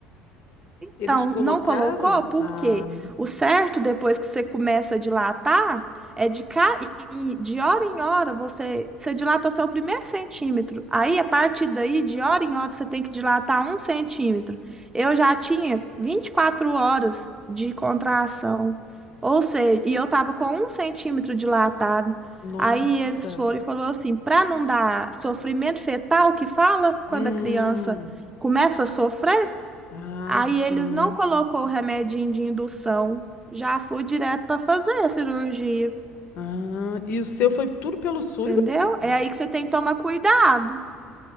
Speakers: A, on the left; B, on the right.
A: Eles
B: Então,
A: colocaram?
B: não colocou porque
A: Ah,
B: o certo, depois que você começa a dilatar, é de, ca... em- de hora em hora você... você dilata o seu primeiro centímetro. Aí, a partir daí, de hora em hora, você tem que dilatar um centímetro. Eu já tinha 24 horas de contração, ou seja, e eu estava com um centímetro dilatado.
A: Nossa.
B: Aí eles foram e falou assim, para não dar sofrimento fetal, que fala quando
A: Hum.
B: a criança começa a sofrer
A: Ah,
B: Aí
A: sim.
B: eles não colocou o remedinho de indução, já fui direto para fazer a cirurgia,
A: Ah, e o seu foi tudo pelo SUS,
B: entendeu?
A: amiga?
B: É aí que você tem que tomar cuidado.